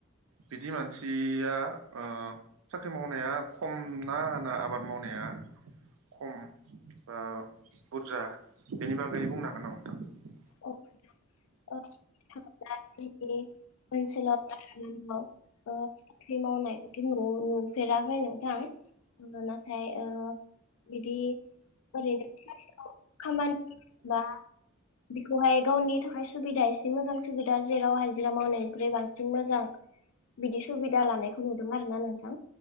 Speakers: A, on the right; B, on the left.
A: बिदि मानसिया ओ साख्रि मावनाया खम ना ना आबाद मावनाया खम बा बुरजा बेनि बागै बुंनो हागोन नामा नोंथां?
B: औ नोंथां। ओ थाङला जोंनि ओनसोलाव साख्रि माव ओ साख्रि मावनाय नुफेराखै नोंथां। <unintelligible> नाथाय ओ बिदि ओरैनो <unintelligible> खामानि बा बेखौहाय गावनि थाखाय सु सुबिदा एसे मोजां सुबिदा जेराव हाजिरा मावनायनिख्रुय बांसिन मोजां बिदि सुबिदा लानायखौ नुदों आरो ना नोंथां।